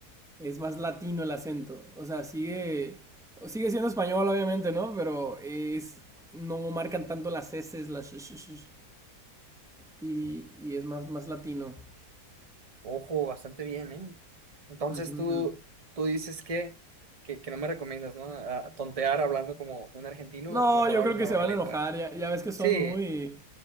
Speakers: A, in the centre; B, on the right (about 25°).
A: Es más latino el acento. O sea, sigue, sigue siendo español, obviamente, ¿no? Pero es, no marcan tanto las S, las sh- sh- sh- y, y es más, más latino.
B: Ojo, bastante bien, ¿eh? Entonces
A: Ujú.
B: tú, tú dices que, que, que no me recomiendas, ¿no? A- tontear hablando como un argentino,
A: No,
B: mejor
A: yo
B: hablo
A: creo
B: normalito.
A: que se van a enojar. Ya, ya ves que
B: Sí,
A: son muy...